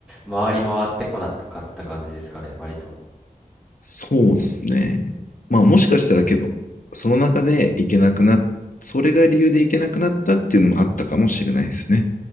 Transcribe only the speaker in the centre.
回り回ってこなかった感じですかね、割と。